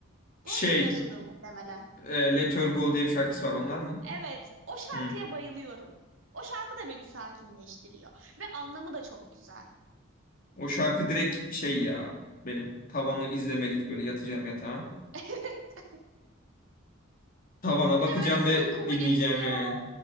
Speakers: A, on the left; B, on the right.
A: Şey
B: Bunu bilmiyorsundur muhtemelen.
A: e, Let Her Go diye bir şarkısı var. Onlar mı?
B: Evet, o şarkıya
A: Hı.
B: bayılıyorum. O şarkı da beni sakinleştiriyor ve anlamı da çok güzel.
A: O şarkı direkt şey ya benim tavanı izlemelik böyle yatacağım yatağa.
B: <laughs>
A: Tavana
B: Bir
A: bakacağım
B: de böyle
A: ve
B: uykumu
A: dinleyeceğim
B: getiriyor
A: yani.